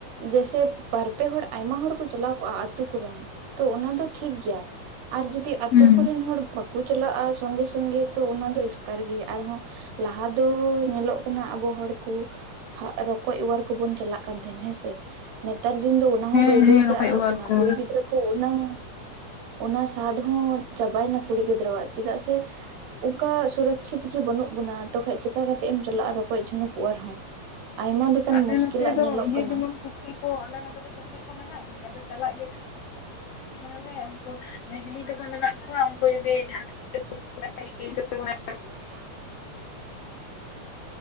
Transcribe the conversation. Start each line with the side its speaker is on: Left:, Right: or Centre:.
Right: ᱡᱮᱭᱥᱮ ᱵᱟᱨᱯᱮ ᱦᱚᱲ ᱟᱭᱢᱟ ᱦᱚᱲ ᱠᱚ ᱪᱟᱞᱟᱣ ᱠᱚᱜᱼᱟ ᱟᱛᱳ ᱠᱚᱨᱮᱱ ᱛᱚ ᱚᱱᱟ ᱫᱚ ᱴᱷᱤᱠ ᱜᱮᱭᱟ ᱟᱨ ᱡᱩᱫᱤ ᱟᱛᱳ
Left: ᱦᱩᱸ
Right: ᱠᱚᱨᱮᱱ ᱦᱚᱲ ᱵᱟᱠᱚ ᱪᱟᱞᱟᱜᱼᱟ ᱥᱚᱸᱜᱮ ᱥᱚᱸᱜᱮ ᱛᱚ ᱚᱱᱟ ᱫᱚ ᱮᱥᱠᱟᱨ ᱜᱮᱭᱟ ᱟᱨᱦᱚᱸ ᱞᱟᱦᱟ ᱫᱚ ᱧᱮᱞᱚᱜ ᱠᱟᱱᱟ ᱟᱵᱚ ᱦᱚᱲ ᱠᱩ ᱨᱚᱠᱚᱡ ᱦᱟᱜ ᱚᱣᱟᱨ ᱠᱚᱵᱩᱱ ᱪᱟᱞᱟᱜ ᱠᱟᱱ ᱛᱟᱦᱮᱸᱱ ᱦᱮᱸᱥᱮ ᱱᱮᱛᱟᱨ ᱫᱤᱱ ᱫᱚ ᱚᱱᱟᱦᱚ
Left: ᱦᱮᱸ
Right: ᱵᱟᱹᱭ
Left: ᱦᱮᱸ
Right: ᱵᱟᱹᱭᱛᱮ
Left: ᱨᱚᱠᱚᱡ
Right: ᱟᱫᱚᱜ
Left: ᱚᱣᱟᱨ
Right: ᱠᱟᱱᱟ
Left: ᱠᱚ
Right: ᱠᱩᱲᱤ ᱜᱤᱫᱽᱨᱟᱹ ᱠᱚ ᱩᱱᱟ. ᱝ ᱚᱱᱟ ᱥᱟᱫ ᱦᱚᱸ ᱪᱟᱵᱟᱭᱱᱟ ᱠᱩᱲᱤ ᱜᱤᱫᱽᱨᱟᱹᱣᱟᱜ ᱪᱮᱫᱟᱜ ᱥᱮ ᱚᱠᱟ ᱥᱩᱨᱚᱪᱷᱤᱛ ᱜᱮ ᱵᱟᱹᱱᱩᱜ ᱵᱚᱱᱟ ᱛᱚ ᱠᱷᱟᱡ ᱪᱤᱠᱠᱟ ᱠᱟᱛᱮ ᱮᱢ ᱪᱟᱞᱟᱜᱼᱟ ᱨᱚᱠᱚᱡ ᱡᱷᱚᱱᱩᱠ ᱚᱣᱟᱨ ᱦᱚ ᱟᱭᱢᱟ ᱞᱮᱠᱟᱱ
Left: ᱟᱞᱮ
Right: ᱢᱩᱥᱠᱤᱞᱟᱜ
Left: ᱱᱚᱛᱮ ᱫᱚ
Right: ᱧᱮᱞᱚᱜ
Left: ᱤᱭᱟᱹ
Right: ᱠᱟᱱᱟ
Left: ᱡᱮᱢᱚᱱ ᱯᱩᱠᱷᱨᱤ ᱠᱚ ᱟᱞᱮ ᱱᱚᱛᱮ ᱫᱚ ᱯᱩᱠᱷᱨᱤ ᱠᱚ ᱢᱮᱱᱟᱜ ᱜᱮᱭᱟ ᱟᱫᱚ ᱪᱟᱞᱟᱜ ᱜᱮ ᱛᱟᱦᱮᱸᱫ ᱛᱟᱦᱮᱞᱮ ᱩᱱᱠᱩ ᱦᱤᱞᱤ ᱛᱟᱠᱚ ᱢᱮᱱᱟᱜ ᱠᱚᱣᱟ ᱩᱱᱠᱩ ᱡᱩᱫᱤ ᱡᱟᱦᱟᱸ <unintelligible> <unintelligible>
Right: <inaudible>